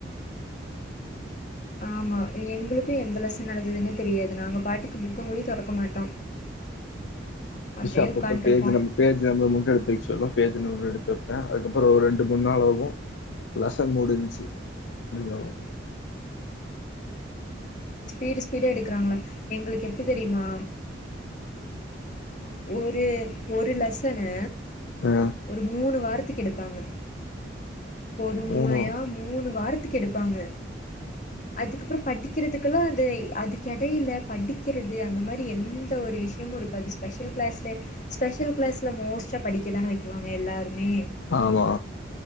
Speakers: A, on the left; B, on the left.
A: ஆமா எங்களுக்கு எந்த லெசன் நடந்ததுன்னே தெரியாது நாங்க பாட்டுக்கு புக்க கூடி தெறக்க மாட்டோ அப்டியே
B: மிஷ்சு அப்பப்ப
A: உட்காண்ட்ருப்போ
B: பேஜி நம் பேஜ் நம்பர் மட்டும் எடுத்து வைக்க சொல்லு பேஜ நம்பர் எடுத்து வைப்பே அதுக்கப்றோ ஒரு ரெண்டு மூணு நாள் ஆகு லசன் மூடுன்ச்சு அப்டிங்குவாங்க
A: ஸ்பீடு ஸ்பீட எடுக்கிறாங்களா எங்களுக்கு எப்டி தெரியுமா ஒரு ஒரு லெசனு
B: ஆ
A: ஒரு மூணு வாரத் து கெடுப்பாங்க பொறுமையா
B: மூணு
A: மூணு வாரத்துக்கு எடுப்பாங்க அதுக்கப்றோ படிக்கிறதுக்கெல்லா அது அது கடையில படிக்கிறது அந்த மாதிரி எந்த ஒரு விஷயமு இருக்காது ஸ்பெஷல் கிளாஸ்ல ஸ்பெஷல் கிளாஸ்ல மோஸ்ட்டா படிக்கதானே வைக்குவாங்க எல்லாருமே
B: ஆமா